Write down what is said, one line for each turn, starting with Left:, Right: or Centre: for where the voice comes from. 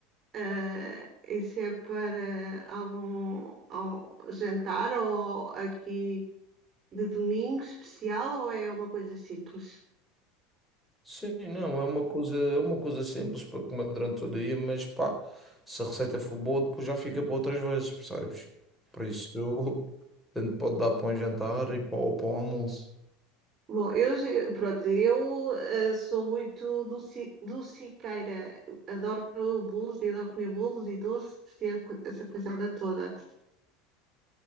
Right: Ah, isso é para algum, al- jantar ou aqui de domingo especial ou é uma coisa simples?
Centre: Sim, não, é uma coisa, é uma coisa simples para comer durante o dia, mas pá, se a receita for boa, depois já fica para outras vezes, percebes? Por isso, <laughs> eu- tanto pode dar para um jantar e para, para o almoço.
Right: Bom, eu, ge- pronto, eu ah, sou muito doci, dociqueira. Adoro bolos e adoro comer bolos e doces e a co- essa coisada toda.